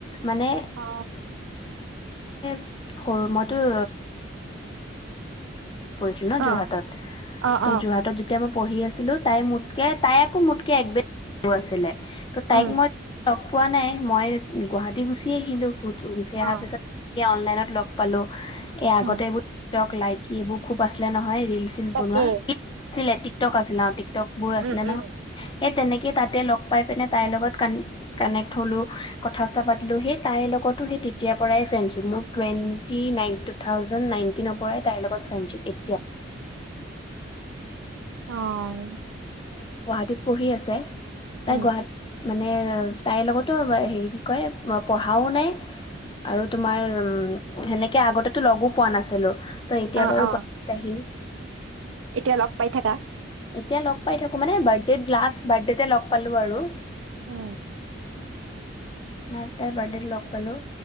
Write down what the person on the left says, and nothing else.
মানে
এ সৰু মইটো পঢ়িছিলো ন' যোৰহাটত
ত'
যোৰহাটত যেতিয়া মই পঢ়ি আছিলোঁ তাই মোত কে তাই আকৌ মোতকৈ একবেগ সৰু আছিলে, ত' তাইক
মই তেনেকে লগ পোৱা নাই, মই গুৱাহাটী গুচি আহিলোঁ। টো গুচি আহাৰ
পিছত সে অনলাইন লগ পালো। এই আগতে
এই বোৰক লাইক ইবোৰ খুব আছিলে নহয়। ৰিল চিল
বনোৱা। আছিলে টিকটক আছিলে। টিক বোৰ আছিলে
নহয়। সেই তেনেকে কি তাতে লগ পাই পিনে তাইৰ লগত কান কানেক্ট হ'লো। কথা চথা পাতিলো সেই তাইৰ লগতো সেই তেতিয়াৰ পৰাই ফ্ৰেণ্ডশ্বিপ, মোৰ টুৱেণ্টি নাইন টু থাউজেনড নাইনটিনৰ পৰাই। তাই লগত ফ্ৰেণ্ডশ্বিপ এ
তাই এতিয়া গুৱাহাটীত পঢ়ি আছে? তাই
গুৱাহাটী মানে তাইৰ লগতো হেৰি কি কয় পঢ়াও নাই, আৰু তোমাৰ উম সেনেকে আগতেতো লগো পোৱা নাছিলো। এতিয়া
বাৰু
গুৱাহাটীত আহিল।
এতিয়া লগ পাই থাকো। মানে বাৰ্থডে লাষ্ট বাৰ্থডেতে লগ পালো আৰু।
লাষ্ট তাই বিৰ্থডেট লগ পালো।